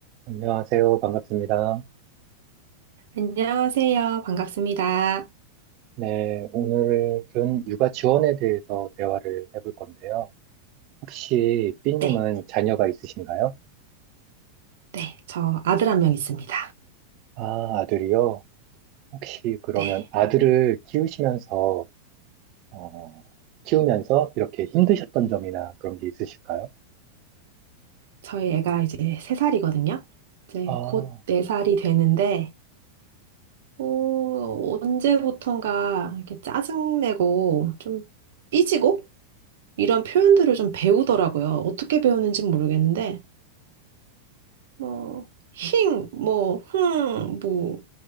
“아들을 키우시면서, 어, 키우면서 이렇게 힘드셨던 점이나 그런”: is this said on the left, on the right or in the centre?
Right